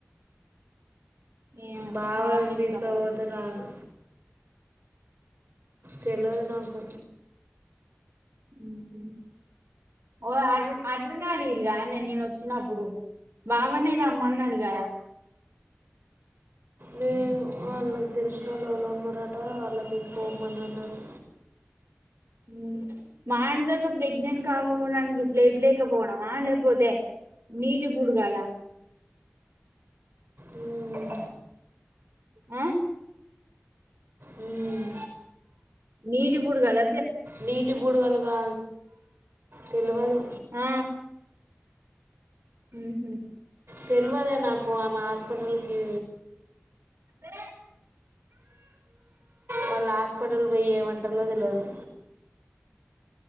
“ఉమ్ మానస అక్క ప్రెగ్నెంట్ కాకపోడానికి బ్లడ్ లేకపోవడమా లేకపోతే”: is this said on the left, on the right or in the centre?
Right